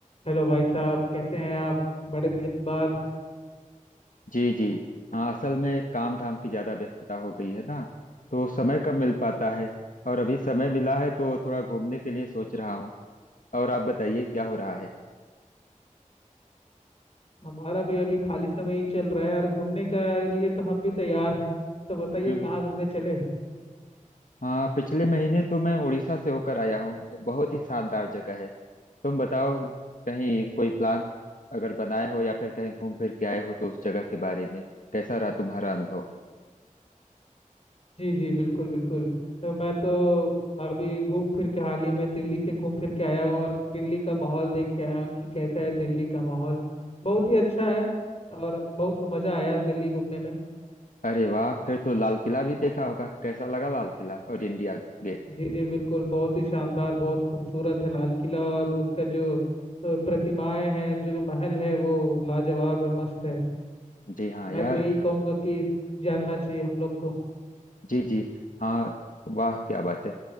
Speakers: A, on the left (about 45°); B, on the left (about 70°).
A: Hello भाई साहब कैसे हैं आप बड़े दिन बाद
B: जी जी हाँ असल में काम धाम की ज्यादा व्यस्तता हो गई है ना तो समय कम मिल पाता है और अभी समय मिला है तो थोड़ा घूमने के लिए सोच रहा हूँ और आप बताइए क्या हो रहा है
A: हमारा भी अभी खाली समय ही चल रहा है और घूमने का लिए तो हम भी तैयार हैं तो बताइए
B: हम्म
A: कहाँ घूमने चले
B: हाँ पिछले महीने तो मैं उड़ीसा से होकर आया हूँ बहुत ही शानदार जगह है तुम बताओ कहीं कोई प्लान अगर बनाए हो या फिर कहीं घूम फिर के आए हो तो उस जगह के बारे में कैसा रहा तुम्हारा अनुभव
A: जी जी बिल्कुल बिल्कुल तो मैं तो अभी घूम फिर के हाल ही में दिल्ली से घूम फिर के आया हूँ और दिल्ली का माहौल देख के आया हूँ कि कैसा है दिल्ली का माहौल बहुत ही अच्छा है और बहुत मज़ा आया दिल्ली घूमने में
B: अरे वाह फिर तो लाल किला भी देखा होगा कैसा लगा लाल किला और इंडिया गेट
A: जी जी बिल्कुल बहुत ही शानदार बहुत खूबसूरत है लाल किला और उसका जो अ, प्रतिमाएं हैं जो महल है वो लाजवाब है मस्त है
B: जी हाँ यार
A: मैं तो यही कहूंगा कि जानना चाहिए हम लोग को
B: जी जी हाँ वाह क्या बात है